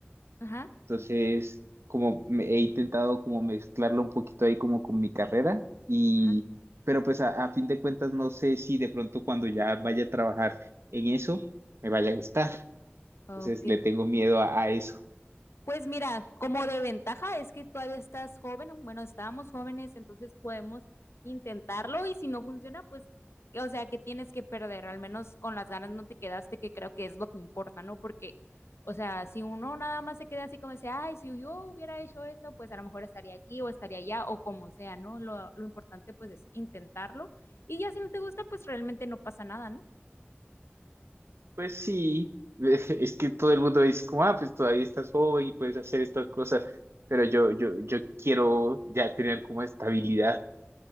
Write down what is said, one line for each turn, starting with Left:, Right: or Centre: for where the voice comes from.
Left: Ajá,
Right: Entonces, como me- he intentado como mezclarlo un poquito ahí como con mi carrera y,
Left: ajá,
Right: pero pues a, a fin de cuentas no sé si de pronto cuando ya vaya a trabajar en eso me vaya a gustar.
Left: ok.
Right: Entonces le tengo miedo a, a eso.
Left: Pues mira, como de ventaja es que todavía estás joven, bueno, estábamos jóvenes, entonces podemos intentarlo y si no funciona, pues, que- o sea, que tienes que perder, al menos con las ganas no te quedaste, que creo que es lo que importa, ¿no? Porque, o sea, si uno nada más se queda así como dice, ay, si yo hubiera hecho eso, pues a lo mejor estaría aquí o estaría allá o como sea, ¿no? Lo, lo importante pues es intentarlo y ya si no te gusta, pues realmente no pasa nada, ¿no?
Right: Pues sí, <laughs> es que todo el mundo dice como, ah, pues todavía estás joven y puedes hacer estas cosas, pero yo, yo, yo quiero ya tener como estabilidad.